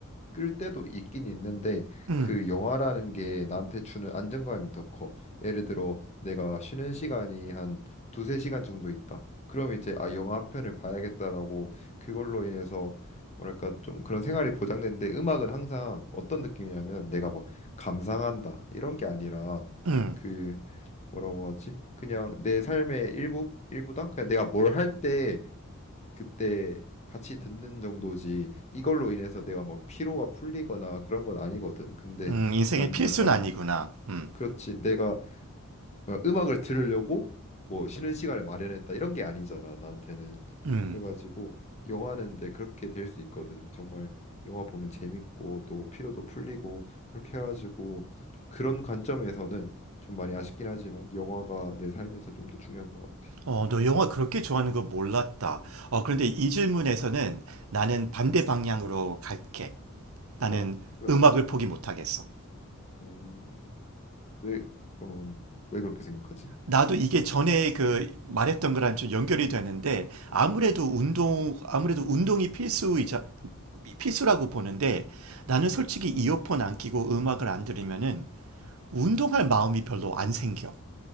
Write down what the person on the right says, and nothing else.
음,
음,
음, 인생의
필수는
아니구나. 음,
음.
어, 너 영화 그렇게 좋아하는 거 몰랐다. 어, 그런데 이 질문에서는 나는 반대 방향으로 갈게. 나는
음악을 포기 못하겠어.
나도 이게 전에 그 말했던 거랑 좀 연결이 되는데 아무래도
운동, 아무래도 운동이 필수이자, 필수라고 보는데 나는
솔직히 이어폰 안 끼고 음악을 안 들으면은 운동할 마음이 별로 안 생겨.